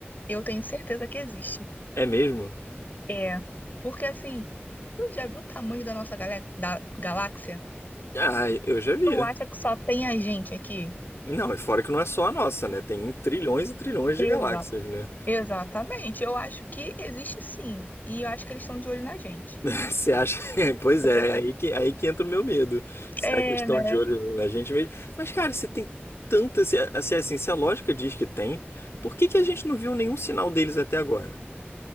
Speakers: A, on the left; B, on the left.
A: eu tenho certeza que existe.
B: É mesmo?
A: É. Porque assim, tu já viu o tamanho da nossa galé- da galáxia?
B: Ah, eu já vi.
A: Tu acha que só tem a gente aqui?
B: Não, e fora que não é só a nossa, né? Tem trilhões e trilhões
A: Exato.
B: de galáxias, né?
A: Exatamente. Eu acho que existe sim. E eu acho que eles estão de olho na gente.
B: Você acha? <laughs> Pois
A: <laughs>
B: é, é aí que, aí que entra o meu medo. Será
A: É,
B: que eles estão
A: né?
B: de olho na gente mesmo? Mas, cara, se tem tanta. Se, a- se, assim, se a lógica diz que tem, por que que a gente não viu nenhum sinal deles até agora?